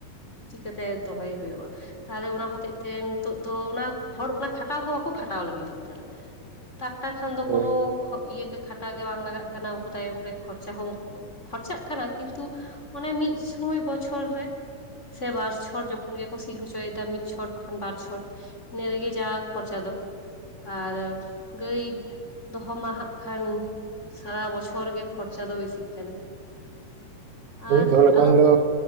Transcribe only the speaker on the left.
ᱪᱤᱠᱟᱹᱛᱮ ᱫᱚᱦᱚᱭᱮ ᱦᱩᱭᱩᱜᱼᱟ ᱛᱟᱦᱚᱞᱮ ᱚᱱᱟ ᱦᱚᱛᱮᱡ ᱛᱮ ᱱᱤᱛᱚᱜ ᱫᱚ ᱚᱱᱟ ᱦᱚᱲ ᱚᱱᱟ ᱠᱷᱟᱴᱟᱣ ᱦᱚᱸ ᱵᱟᱠᱚ ᱠᱷᱟᱴᱟᱣ ᱞᱟᱹᱜᱤᱫᱚᱜ ᱠᱟᱱᱟ᱾ ᱠᱷᱟᱴᱟᱣ ᱠᱷᱟᱱ ᱫᱚ
ᱠᱳᱱᱚ ᱠᱷᱚ ᱤᱭᱟᱹᱜᱮ ᱠᱷᱟᱴᱟᱣ ᱜᱮ ᱵᱟᱝ ᱞᱟᱜᱟᱜ ᱠᱟᱱᱟ ᱩᱱᱠᱩ ᱛᱟᱭᱚᱢ ᱨᱮ ᱠᱷᱚᱨᱪᱟ ᱦᱚᱸ ᱠᱷᱚᱨᱪᱟᱜ ᱠᱟᱱᱟ ᱠᱤᱱᱛᱩ ᱚᱱᱮ ᱢᱤᱫ ᱥᱩᱢᱚᱭ ᱵᱚᱪᱷᱚᱨ ᱨᱮ ᱥᱮ ᱵᱟᱨᱪᱷᱚᱨ ᱡᱚᱠᱷᱚᱱ ᱜᱮᱼᱼ ᱠᱚ ᱥᱤ ᱦᱚᱪᱚ ᱭᱮᱫᱟ ᱢᱤᱫ ᱪᱷᱚᱴ ᱵᱟᱠᱷᱟᱱ ᱵᱟᱨ ᱪᱷᱚᱴ ᱤᱱᱟᱹ ᱨᱮᱜᱮ ᱡᱟ ᱠᱷᱚᱨᱪᱟ ᱫᱚ᱾ ᱟᱨᱚ ᱜᱟᱹᱭ ᱫᱚᱦᱚ ᱢᱟ ᱦᱟᱸᱟᱜ ᱠᱷᱟᱱ ᱥᱟᱨᱟ ᱵᱚᱪᱷᱚᱨ ᱜᱮ ᱠᱷᱚᱨᱪᱟ ᱫᱚ ᱵᱮᱥᱤᱜ ᱠᱟᱱᱟ᱾
ᱟᱨ
ᱟᱫᱚ